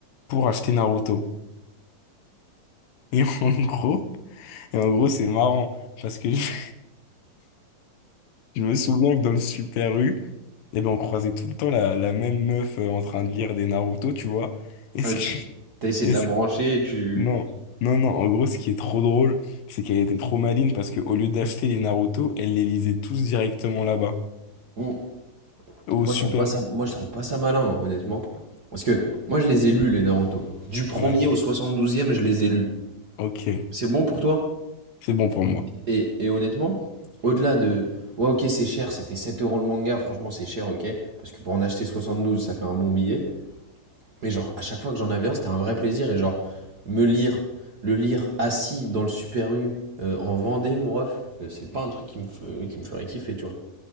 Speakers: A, on the left (about 75°); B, on the right (about 35°).
A: pour acheter Naruto. Et <laughs> en gros. Et en gros, c'est marrant parce que <laughs> je me souviens que dans le Super U, eh ben, on croisait tout le temps la, la même meuf euh, en train de lire des Naruto, tu vois. Et ce
B: Euh, tu
A: qui...
B: t'as essayé
A: et
B: de la
A: ce-
B: brancher et tu...
A: Non, non, non. En gros, ce qui est trop drôle, c'est qu'elle était trop maligne parce qu'au lieu d'acheter les Naruto, elle les lisait tous directement là-bas,
B: Ouh.
A: au
B: Moi
A: Super
B: je trouve pas ça,
A: U.
B: moi je trouve pas ça malin, hein, honnêtement. Parce que moi je les ai lus les Naruto. Du premier
A: Ouais,
B: au 72e, je les ai lus.
A: ok.
B: C'est bon pour toi?
A: C'est bon pour moi.
B: Et, et honnêtement, au-delà de... Ouais ok c'est cher, c'était 7 euros le manga, franchement c'est cher ok. Parce que pour en acheter 72, ça fait un bon billet. Mais genre, à chaque fois que j'en avais un, c'était un vrai plaisir. Et genre, me lire, le lire assis dans le Super U euh, en Vendée, mon ref, euh, c'est pas un truc qui me, fe- qui me ferait kiffer, tu vois.